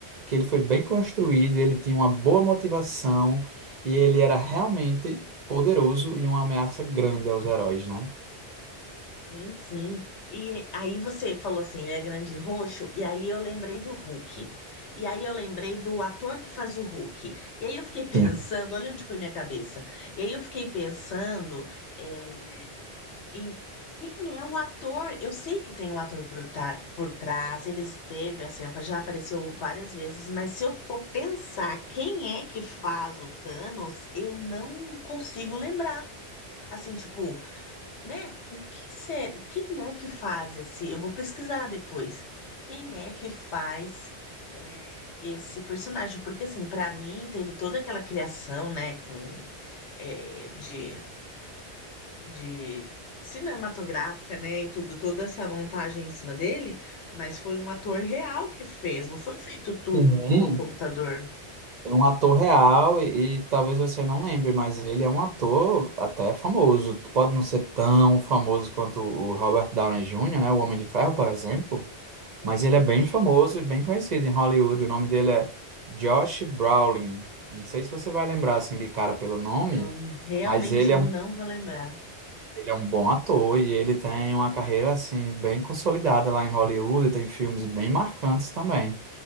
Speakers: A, on the right; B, on the left.
A: que ele foi bem construído, ele tinha uma boa motivação e ele era realmente poderoso e uma ameaça grande aos heróis, né?
B: Sim, sim. E aí você falou assim, ele é grande e roxo, e aí eu lembrei do Hulk. E aí eu lembrei do ator que faz o Hulk. E aí eu fiquei <laughs> pensando,
A: Sim.
B: olha onde foi minha cabeça. E aí eu fiquei pensando, é, em quem é o ator? Eu sei que tem um ator por, ta- por trás, ele esteve assim, apa- já apareceu várias vezes, mas se eu for pensar quem é que faz o Thanos, eu não consigo lembrar. Assim, tipo né? O que ser, quem é que faz esse? Eu vou pesquisar depois. Quem é que faz é, esse personagem? Porque assim, para mim teve toda aquela criação, né, com é, de, de cinematográfica, né, e tudo, toda essa montagem em cima dele, mas foi um ator real que fez, não foi feito tudo
A: Sim.
B: no computador.
A: um ator real e, e talvez você não lembre, mas ele é um ator até famoso. Pode não ser tão famoso quanto o Robert Downey Jr., né? O Homem de Ferro, por exemplo,
B: Ei,
A: mas ele é bem famoso e bem conhecido em Hollywood. O nome dele é Josh Brolin. Não sei se você vai lembrar assim de cara pelo nome,
B: não, realmente
A: mas ele
B: eu
A: é um,
B: não vou lembrar.
A: ele é um bom ator e ele tem uma carreira assim bem consolidada lá em Hollywood, tem filmes bem marcantes também.